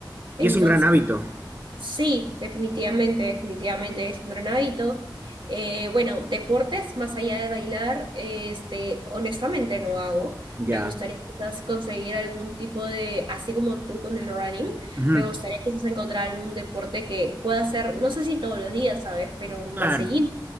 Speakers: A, on the right; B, on the right.
A: Y
B: Entonces,
A: es un gran hábito.
B: sí, definitivamente, definitivamente es un gran hábito. Eh, bueno, deportes, más allá de bailar, este, honestamente no hago.
A: Ya.
B: Me gustaría quizás conseguir algún tipo de, así como tú con el running,
A: Ujú.
B: me gustaría quizás encontrar algún deporte que pueda hacer, no sé si todos los días, ¿sabes? Pero más
A: Claro.
B: seguido